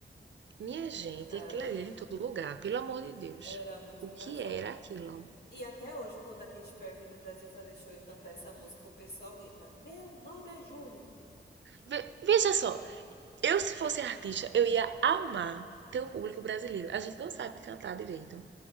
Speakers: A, on the right; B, on the left.
A: Minha
B: Ai,
A: gente,
B: cara,
A: aquilo ali era em todo lugar, pelo amor de Deus.
B: era muito
A: O
B: engraçado.
A: que era aquilo?
B: E até hoje, quando a Katy Perry vem no Brasil fazer show e cantar essa música, o pessoal grita: Meu nome é Júlia.
A: Ve- veja só, eu se fosse artista, eu ia amar ter o público brasileiro. A gente não sabe cantar direito,